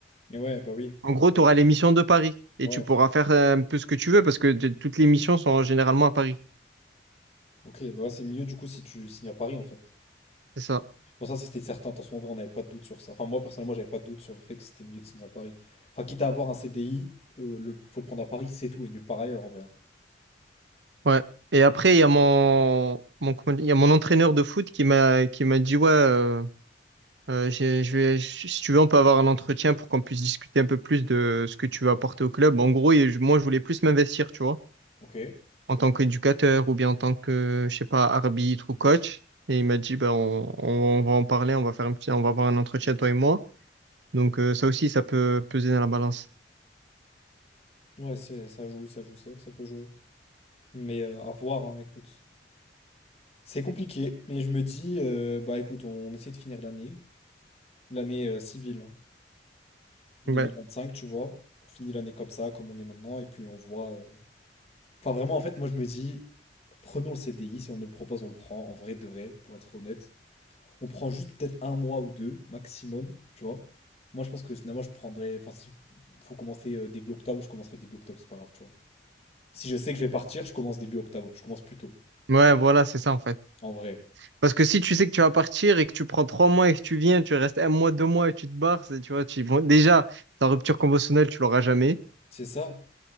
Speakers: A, on the left; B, on the right.
A: Et ouais, bah oui.
B: En gros, tu auras les missions de Paris et
A: Ouais.
B: tu pourras faire euh, un peu ce que tu veux parce que t- toutes les missions sont généralement à Paris.
A: Ok, bah ouais, c'est mieux du coup si tu signes à Paris en fait.
B: C'est ça.
A: Bon, ça, c'était certain, de toute en vrai, on n'avait pas de doute sur ça. Enfin, moi personnellement, j'avais pas de doute sur le fait que c'était mieux de signer à Paris. Enfin, quitte à avoir un C CDI, euh, le, faut le prendre à Paris, c'est tout, et nulle part ailleurs en vrai. hein.
B: Ouais. Et après, il y a mon, mon, comment dire, il y a mon entraîneur de foot qui m'a qui m'a dit, ouais, euh, euh, j'ai- je vais, je- si tu veux, on peut avoir un entretien pour qu'on puisse discuter un peu plus de ce que tu veux apporter au club. En gros, et je- moi, je voulais plus m'investir, tu vois,
A: Ok.
B: en tant qu'éducateur ou bien en tant que, je sais pas, arbitre ou coach. Et il m'a dit, ben, on, on, on va en parler, on va faire un petit, on va avoir un entretien, toi et moi. Donc, euh, ça aussi, ça peut peser dans la balance.
A: Ouais, c'est, ça joue, ça joue, c'est vrai que ça peut jouer. Mais euh, à voir, hein, écoute. C'est compliqué, mais je me dis, euh, bah écoute, on essaie de finir l'année, l'année euh, civile, hein, 2025,
B: Ouais,
A: tu vois. On finit l'année comme ça, comme on est maintenant, et puis on voit. euh, Enfin, vraiment, en fait, moi je me dis, prenons le CDI, si on nous le propose, on le prend, en vrai de vrai, pour être honnête. On prend juste peut-être un mois ou deux, maximum, tu vois. Moi je pense que finalement, je prendrais. Enfin, si faut commencer euh, début octobre, je commencerai début octobre, c'est pas grave, tu vois. Si je sais que je vais partir, je commence début octobre, je commence plus tôt,
B: ouais, voilà, c'est ça en fait.
A: en vrai.
B: Parce que si tu sais que tu vas partir et que tu prends trois mois et que tu viens, tu restes un mois, deux mois et tu te barres, c'est- tu vois, tu, bon, déjà, ta rupture conventionnelle, tu l'auras jamais.
A: C'est ça.